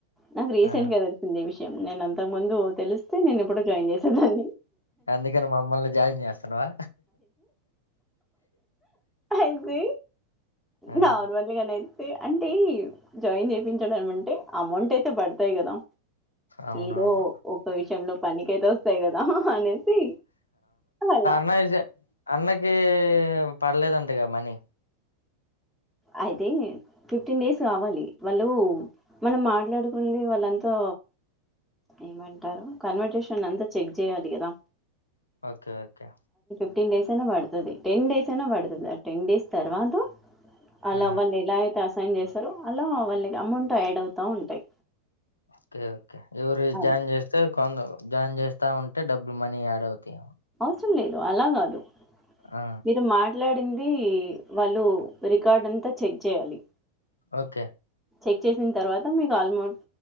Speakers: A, in the centre; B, on the left.
A: నాకు రీసెంట్
B: ఆ! ఆ!
A: గా తెలిసింది ఈ విషయం నేను అంతకు ముందు తెలిస్తే నేను ఎప్పుడో జాయిన్ చేసేదాన్ని
B: అందుకని మమ్మల్ని జాయిన్ చేస్తున్నావా
A: అంది
B: హ్మ్.
A: నార్మల్గానే అయితే అంటే జాయిన్ చేయిచడం ఏమంటే అమౌంట్ అయితే పడతాయి కదా
B: అవునవును.
A: ఏదో ఒక్క విషయంలో పనినికితే వస్తాయి కదా అనేసి ఆల
B: అన్న వి అన్నకి పడలేదంటగా మనీ
A: అయితే ఫిఫ్టీన్ డేస్ కావాలి వాళ్ళు మనం మాట్లాడుకుంది వాళ్ళంతా ఏమంటారు కన్వర్టేషన్ అంతా చెక్ చేయాలి కదా
B: ఓకే ఓకే
A: ఫిఫ్టీన్ డేస్ అయినా పడుతది టెన్ డేస్ అయినా పడుతది ఆ టెన్ డేస్ తర్వాత అలా
B: ఆ!
A: వాళ్ళు ఎలా అయితే అసైన్ చేస్తారో అలా వాళ్ళకి అమౌంట్ యాడ్ అవుతా ఉంటాయి
B: ఓకే ఓకే ఎవరు
A: అది
B: జాయిన్ చేస్తే కొందరు జాయిన్ చేస్తా ఉంటే డబ్బులు మనీ యాడ్ అవుతాయి ఏమో
A: అవసరం లేదు అలా కాదు
B: ఆ!
A: మీరు మాట్లాడిం వాళ్ళు రికార్డ్ అంతా చెక్ చేయాలి
B: ఓకే
A: చెక్ చేసిన తర్వాత మీకు ఆల్మోస్ట్